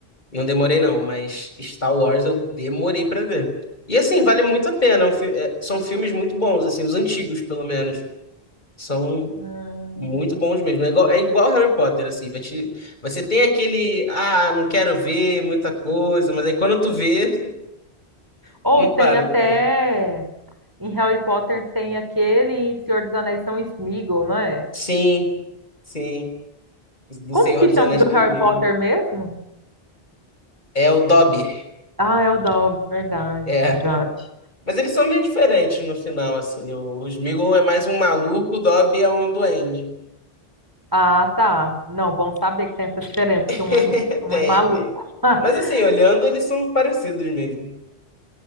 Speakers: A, on the left (about 45°); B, on the right (about 20°).
A: Não demorei não, mas Star Wars eu demorei pra ver. E assim, vale muito a pena, é um fi- é, são filmes muito bons, assim, os antigos pelo menos. São
B: Hum.
A: Muito bons mesmo. É igual, é igual Harry Potter, assim. Vai te, você tem aquele, ah, não quero ver muita coisa, mas aí quando tu vê, <laughs>
B: Ou
A: não
B: tem
A: para
B: até
A: também.
B: em Harry Potter tem aquele e Senhor dos Anéis são Sméagol, não é?
A: Sim, sim. Do
B: Como
A: Senhor
B: que
A: dos
B: chama
A: Anéis
B: do
A: que eu
B: Harry
A: digo.
B: Potter mesmo?
A: É o Dobby.
B: Ah, é o Dobby, verdade,
A: É.
B: verdade.
A: Mas eles são bem diferentes no final, assim. O, o Sméagol é mais um maluco, o Dobby é um duende.
B: Ah, tá. Não, bom saber que tem essa diferença, que
A: <laughs>
B: um é, um
A: Tem,
B: é maluco.
A: tem.
B: <laughs>
A: Mas assim, olhando, eles são parecidos mesmo.